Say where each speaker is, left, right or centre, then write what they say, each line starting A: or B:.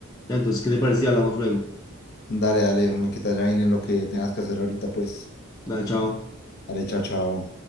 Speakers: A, on the left (about 15°); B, on the left (about 50°).
A: Ya, entonces, ¿qué te parece si hablamos luego?
B: Dale, dale, me quita ya en lo que tengas que hacer ahorita, pues.
A: Dale, chao.
B: Dale, chao, chao.